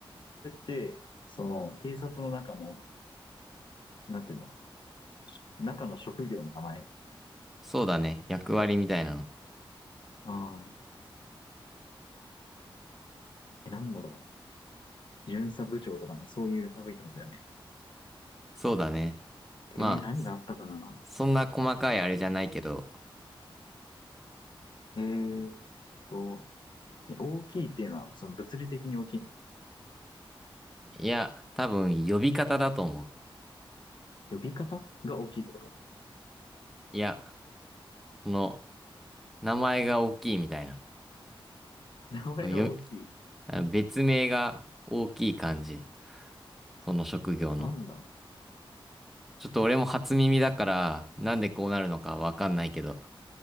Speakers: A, on the left; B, in the centre.
A: で、その、警察の中の、なんていうの中の職業の名前。
B: そうだね。役割みたいなの。
A: ああ、え、なんだろう。巡査部長とかのそういう類ってことだよね。
B: そうだね。まあ、
A: えー、何があったかな
B: そそんな細かいあれじゃないけど。
A: えーっと、え大きいっていうのは、その物理的に大きいの。
B: いや、多分呼び方だと思う。
A: 呼び方が大きいってこと
B: いや、この名前が大きいみたいな。
A: 名前が大きい。
B: よ、あの別名が大きい感じ。その職業の。
A: なんだ
B: ちょっと俺も初耳だから、なんでこうなるのかわかんないけど。